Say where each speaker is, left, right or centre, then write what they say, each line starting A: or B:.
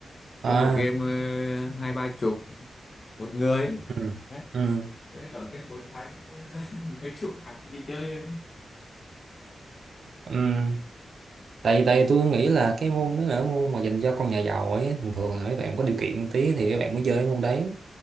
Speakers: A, on the right (about 60°); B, on the left (about 30°).
A: à
B: cứ một game ờ, hai ba chục một người
A: ừ,
B: đấy
A: ừ,
B: thế tổng kết cuối tháng <laughs> mấy chục hàng đi chơi
A: ừ. tại tại tôi nghĩ là cái môn đó là môn mà dành cho con nhà giàu ấy thường thường là mấy bạn có điều kiện tí thì mấy bạn mới chơi cái môn đấy